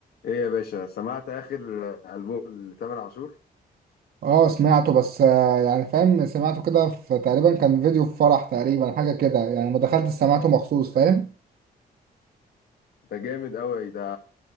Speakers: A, on the left; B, on the right.
A: ايه يا باشا سمعت اخر البوم لتامر عاشور
B: اه سمعته بس آه، يعني فاهم سمعته كده في تقريبا كان فيديو في فرح تقريبا حاجة كده يعني ما دخلت سمعته مخصوص فاهم
A: ده جامد قوي ده